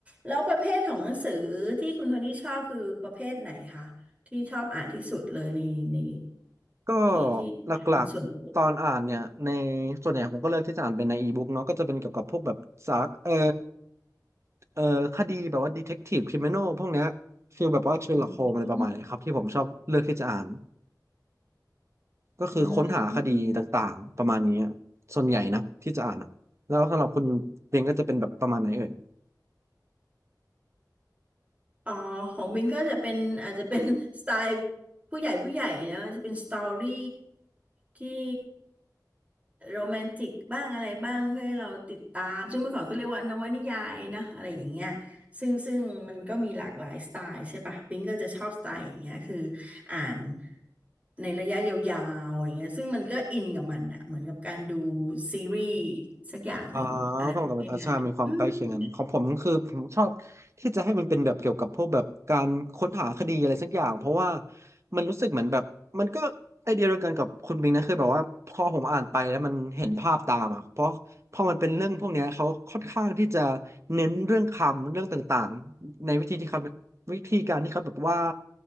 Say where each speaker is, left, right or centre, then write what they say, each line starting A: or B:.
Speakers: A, on the right (about 20°); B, on the right (about 40°).
A: แล้วประเภทของหนังสือที่คุณโทนี่ชอบคือประเภทไหนคะที่ชอบอ่านที่สุดเลยในใน
B: ก็
A: ที่ที่เป็นส่วนตัว
B: หลักๆตอนอ่านเนี่ยในส่วนใหญ่ผมก็เลือกที่จะอ่านเป็นในอีบุ๊กเนาะก็จะเป็นเกี่ยวกับพวกแบบสารเออเออคดีแบบว่าดีเทคทีฟคริมินอลพวกเนี้ยฟีลแบบว่าเชอร์ล็อกโฮมอะไรประมาณนี้ครับที่ผมชอบเลือกที่จะอ่าน
A: อืม
B: ก็คือค้นหาคดีต่างๆประมาณนี้อะส่วนใหญ่นะที่จะอ่านอะแล้วสำหรับคุณเรนก็จะเป็นแบบประมาณไหนเอ่ย
A: อืม อ๋อของบินก็จะเป็นอาจจะเป็น <laughs> สไตล์ผู้ใหญ่ผู้ใหญ่นะจะเป็นสตอรี่ที่โรแมนติกบ้างอะไรบ้างให้เราติดตามซึ่งเมื่อก่อนเขาเรียกว่านวนิยายเนอะอะไรอย่างเงี้ยซึ่งซึ่งมันก็มีหลากหลายสไตล์ใช่ปะบินก็จะชอบสไตล์อย่างเงี้ยคืออ่านในระยะยาวๆอย่างเงี้ยซึ่งมันก็อินกับมันอะเหมือนกับการดูซีรีส์สักอย่างหนึ่งอะไรแบบนี้
B: อ่าก็เหมือนกับอาชามีความใกล้เคียงกันของผมก็คือผมชอบ
A: น
B: ที่จะให้มันเป็นแบบเกี่ยวกับพวกแบบการค้นหาคดีอะไรสักอย่างเพราะว่ามันรู้สึกเหมือนแบบมันก็ไอเดียเดียวกันกับคุณบิงนะคือแบบว่าพอผมอ่านไปแล้วมันเห็นภาพตามอ่ะเพราะพอมันเป็นเรื่องพวกเนี้ยเขาค่อนข้างที่จะเน้นเรื่องคำเรื่องต่างๆในวิธีที่เขาวิธีการที่เขาแบบว่า